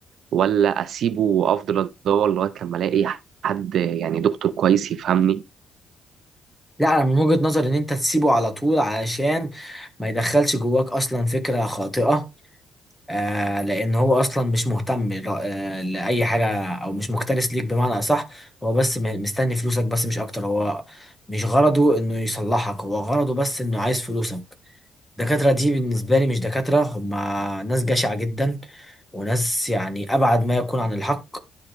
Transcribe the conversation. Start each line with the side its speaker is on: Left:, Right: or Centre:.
Right: ولا أسيبه وأفضل أدور لغاية لما ألاقي حد يعني دكتور كويس يفهمني؟
Centre: لا انا من وجهة نظري ان انت تسيبه على طول علشان ما يدخلش جواك اصلا فكرة خاطئة آه لان هو اصلا مش مهتم ل- آه لاي حاجة او مش مكترث ليك بمعنى اصح هو بس م- مستني فلوسك بس مش اكتر هو مش غرضه انه يصلحك هو غرضه بس انه عايز فلوسك الدكاترة دي بالنسبة لي مش دكاترة هما ناس جشعة جدا وناس يعني ابعد ما يكون عن الحق